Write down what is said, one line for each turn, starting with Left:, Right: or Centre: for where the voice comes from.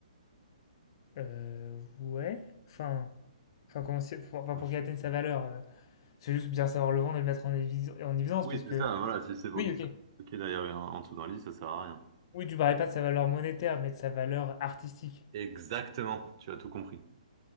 Left: Euh, ouais. Enfin... Enfin, comment c'est- pour, enfin,
Right: Ouais.
Left: pour qu'il atteigne sa valeur. euh, c'est juste bien savoir le vendre et le mettre en, évi- en évidence
Right: Oui,
Left: parce que.
Right: c'est ça, voilà, si c'est pour
Left: Oui,
Right: qu'il
Left: ok.
Right: soit bloqué derrière un- en dessous d'un lit, ça sert à rien.
Left: Oui, tu parlais pas de sa valeur monétaire, mais de sa valeur artistique.
Right: Exactement, tu as tout compris.